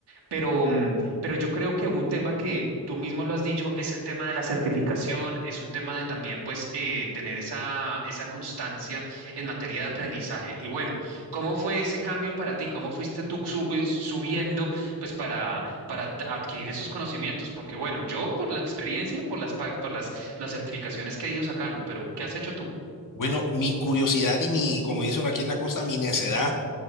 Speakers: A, on the right; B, on the left.
A: Pero, mm, pero yo creo que un tema que tú mismo lo has dicho es el tema de la certificación, es un tema de también pues eh, tener esa, esa constancia en materia de aprendizaje. Y bueno, ¿cómo fue ese cambio para ti? ¿Cómo fuiste tú su- eh, subiendo pues para, para t- adquirir esos conocimientos? Porque bueno, yo por la experiencia y por las, pa- por las, las certificaciones que he ido sacando, pero ¿qué has hecho tú?
B: Bueno, mi curiosidad y mi, como dice uno aquí en la costa, mi necedad